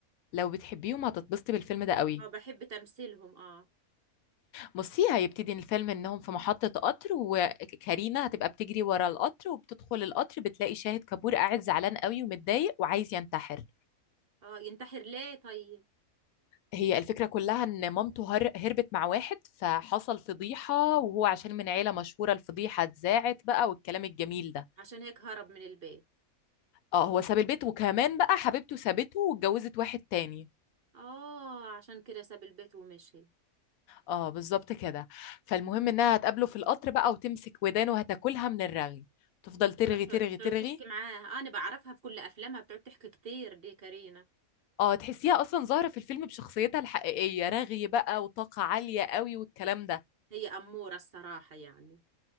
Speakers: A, on the left (about 80°); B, on the right (about 45°).
A: لو بتحبيهم هتتبسطي بالفيلم ده قوي
B: اه بحب تمثيلهم اه
A: بصي هيبتدي الفيلم إنهم في محطة قطر وكارينا هتبقى بتجري ورا القطر وبتدخل القطر بتلاقي شاهد كابور قاعد زعلان قوي ومتضايق وعايز ينتحر
B: اه ينتحر ليه طيب
A: هي الفكرة كلها إن مامته هر- هربت مع واحد فحصل فضيحة وهو عشان من عيلة مشهورة الفضيحة اتذاعت بقى والكلام الجميل ده
B: عشان هيك هرب من البيت
A: اه هو ساب البيت وكمان بقى حبيبته سابته واتجوزت واحد تاني
B: اه عشان كده ساب البيت ومشي
A: اه بالظبط كده فالمهم انها هتقابله في القطر بقى وتمسك ودانه وهتاكلها من الرغي تفضل ترغي
B: ت-
A: ترغي ترغي
B: تقعد تحكي معاها انا بعرفها في كل افلامها بتقعد تحكي كتير دي كارينا
A: اه تحسيها اصلا ظاهرة في الفيلم بشخصيتها الحقيقية رغي بقى وطاقة عالية قوي والكلام ده
B: هي اموره الصراحه يعني